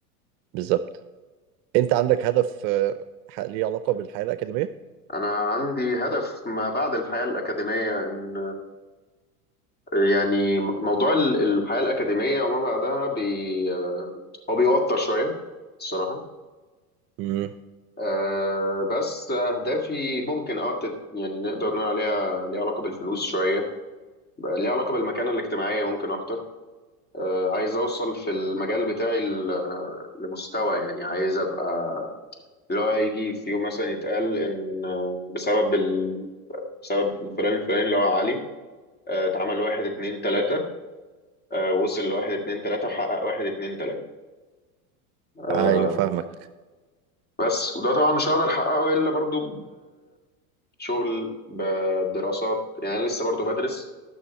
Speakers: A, on the right; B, on the left.
A: بالظبط انت عندك هدف آه، ح- ليه علاقة بالحياة الأكاديمية؟
B: أنا عندي هدف ما بعد الحياة الأكاديمية إن يعني موضوع ال- الحياة الأكاديمية وما بعدها بي هو بيوتر شوية الصراحة
A: امم
B: أه بس أهدافي ممكن أه تت- يعني نقدر نقول عليها ليها علاقة بالفلوس شوية بقى ليها علاقة بالمكانة الاجتماعية ممكن أكتر أه عايز أوصل في المجال بتاعي ل- لمستوى يعني عايز أبقى اللي هو يجي في يوم مثلا يتقال إن آه، بسبب ال... بسبب الفلان الفلاني اللي هو علي آه، اتعمل واحد اتنين تلاتة آه، وصل لواحد اتنين تلاتة وحقق واحد اتنين تلاتة آه،
A: ايوه فاهمك
B: بس وده طبعا مش هقدر أحققه إلا برضو بشغل بدراسات يعني أنا لسه برضو بدرس